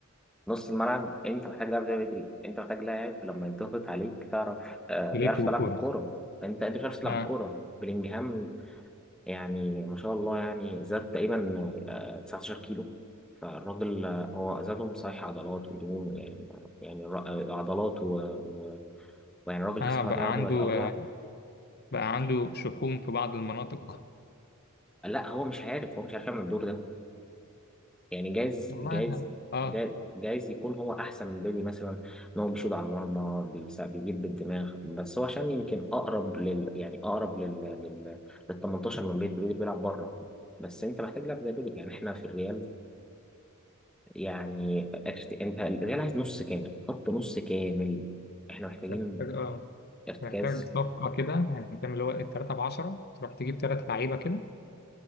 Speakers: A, in the centre; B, on the left.
A: نص الملعب انت محتاج لاعب زي بدري انت محتاج لاعب لما يضغط عليك تعرف آه
B: بيلف
A: يعرف
B: بالكوره
A: تلعب بالكوره انت انت مش عارف تلعب
B: اه
A: بالكوره بلينجهام يعني ما شاء الله يعني زاد تقريبا آه 19 كيلو فالراجل آه، هو زادهم صحيح عضلات ودهون يعني يعني الر- آه، عضلات و... و... ويعني الراجل
B: اه
A: كسر
B: بقى
A: العضلية عنده
B: عنده
A: بقت
B: آه
A: اكبر
B: بقى عنده شحوم في بعض المناطق
A: لا هو مش عارف هو مش عارف يعمل الدور ده يعني جايز
B: والله
A: جايز
B: أنا- اه
A: جايز جايز يكون هو احسن من بيلي مثلا ان هو بيشوط على المرمى بيس- بيجيب بالدماغ بس هو عشان يمكن اقرب لل يعني اقرب لل لل لل 18 من بيلي بيلي بيلعب بره بس انت محتاج لاعب زي بيلي يعني احنا في الريال يعني ارت- انت الريال عايز نص كامل خط نص كامل احنا محتاجين
B: محتاج اه
A: ارتكاز
B: محتاج صفقه كده يعني فاهم اللي هو التلاته ب 10 تروح تجيب ثلاث لعيبه كده